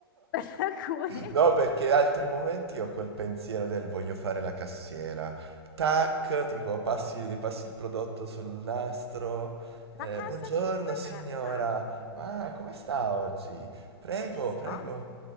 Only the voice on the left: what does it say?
<laughs> Per cui
la cassa
5
è aperta.
Ma ci sta.